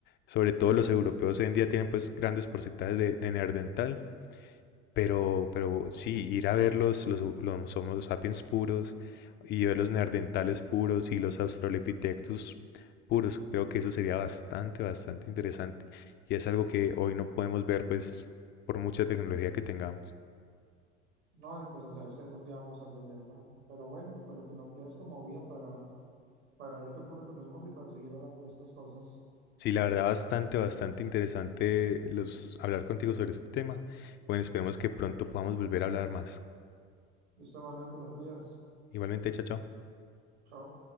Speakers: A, on the left (about 30°); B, on the right (about 75°).
A: Sobre todo los europeos hoy en día tienen pues grandes porcentajes de, de neandertal, pero, pero sí, ir a ver los, los, los Homo sapiens puros y ver los neandertales puros y los australopithecus puros, creo que eso sería bastante, bastante interesante. Y es algo que hoy no podemos ver pues por mucha tecnología que tengamos.
B: No, y pues a saber si algún día vamos a tenerla. Pero bueno, pues lo que nos queda es como vida para, para ver qué ocurre con el mundo y para seguir hablando de estas cosas.
A: Sí, la verdad, bastante, bastante interesante los, hablar contigo sobre este tema. Bueno, esperemos que pronto podamos volver a hablar más.
B: Listo, Manuel, te me cuidas.
A: Igualmente, chao, chao.
B: Chao.